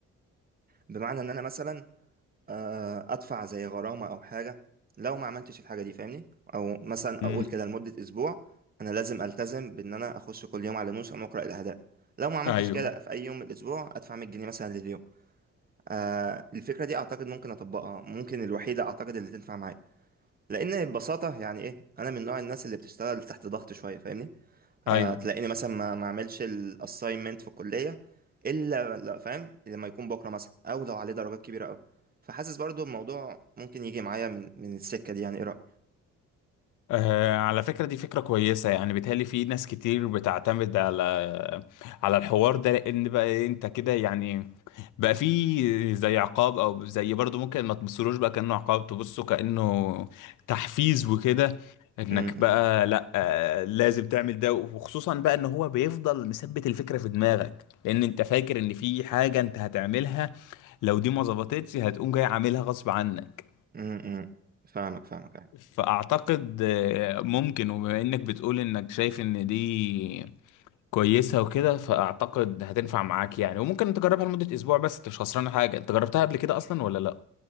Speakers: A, on the right; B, on the left.
A: بمعنى ان انا مثلا آه ادفع زي غرامه او حاجه لو ما عملتش الحاجه دي فاهمني او مثلا
B: مم.
A: اقول كده لمده اسبوع انا لازم التزم بان انا اخش كل يوم على نوشن واقرا الاهداف لو ما عملتش
B: ايوه
A: كده في اي يوم من الاسبوع ادفع 100 جنيه مثلا لليوم آه الفكره دي اعتقد ممكن اطبقها ممكن الوحيده اعتقد اللي تنفع معايا لان ببساطه يعني ايه انا من نوع الناس اللي بتشتغل تحت ضغط شويه فاهمني آه
B: ايوه
A: تلاقيني مثلا ما ما اعملش الاساينمنت في الكليه الا لا فاهم لما يكون بكره مثلا او لو عليه درجات كبيره قوي فحاسس برضو الموضوع ممكن يجي معايا من من السكه دي يعني ايه رايك
B: آه، على فكرة دي فكرة كويسة يعني بيتهيألي في ناس كتير بتعتمد على على الحوار ده لأن بقى إيه، أنت كده يعني بقى في زي عقاب أو زي برضو ممكن ما تبصلوش بقى كأنه عقاب تبصه كأنه تحفيز وكده إنك
A: امم
B: بقى لأ آه، لازم تعمل ده وخصوصا بقى إن هو بيفضل مثبت الفكرة في دماغك لأن أنت فاكر إن في حاجة أنت هتعملها لو دي ما ظبطتش هتقوم جاي عاملها غصب عنك
A: امم فاهمك فاهمك
B: فأعتقد آه، ممكن وبما إنك بتقول إنك شايف إن دي كويسة وكده فأعتقد هتنفع معاك يعني وممكن تجربها لمدة أسبوع بس أنت مش خسران حاجة أنت جربتها قبل كده أصلا ولا لأ؟